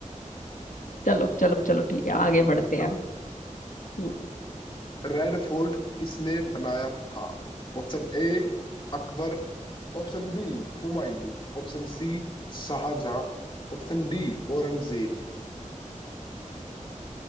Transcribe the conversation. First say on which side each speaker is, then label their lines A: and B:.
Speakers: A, on the left; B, on the left.
A: चलो चलो चलो ठीक है
B: चलो
A: आगे
B: मैं
A: बढ़ते
B: पूछता
A: हैं हम्म
B: रेड फोर्ट किसने बनाया था Option A Akbar option B
A: हम्म।
B: Humayun option C Shahjahan option D Aurangzeb